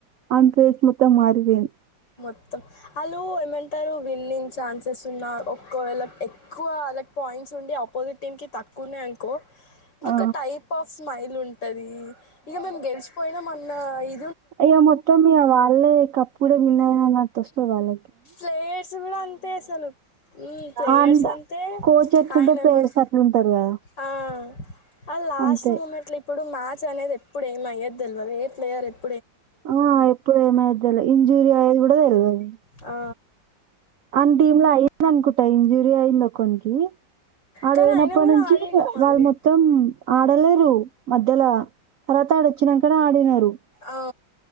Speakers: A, on the right (about 70°); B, on the left (about 65°).
A: అన్ ఫేస్ మొత్తం మారివేన్
B: మొత్తం ఆళ్ళు ఏమంటారు విన్నింగ్ ఛాన్సెస్ ఉన్నా ఒకవేళ ఎక్కువ వాళ్ళకి పాయింట్స్ ఉండి ఆపోజిట్ టీమ్కి తక్కువ ఉన్నాయినుకో ఒక
A: ఆ
B: టైప్ ఆఫ్ స్మైల్ ఉంటుంది ఇక మేము గెలిచిపోయినా మ నా ఇ
A: అయ్యా మొత్తం ఇ వాళ్ళే కప్పుడు మీంద నా టెస్ట్ పో వాల్ల
B: ప్లేయర్స్ కూడా అంతే అసలు మ్మ్ ప్లేయర్స్
A: అంత
B: అంతే
A: కోచ్ ఎట్లుంటే
B: ఆయన
A: ప్లేయర్స్
B: కూడా
A: అట్లుంటరు కదా
B: ఆ ఆ లాస్ట్
A: అంతే.
B: మూమెంట్ లో ఇప్పుడు మ్యాచ్ అనేది ఎప్పుడు ఏం అయ్యే తెలివదు ఏ ప్లేయర్ ఎప్
A: ఆ ఎప్పుడు ఏమయేది తేల్వ్ ఇం మూయది కూడా తెల్వదు
B: ఆ
A: అని టీమ్ లో అయింద అనుకుంటా ఇంజురీ అయింది కొంకి అడు
B: కానీ
A: పోయినప్పటి
B: ఆయన కూడా
A: నుంచి
B: ఆడిండు మళ్ళీ
A: వాళ్ళ మొత్తం ఆడలేరు మధ్యలో తర్వాత ఆడచ్చినన్కనే ఆడినారు
B: ఆ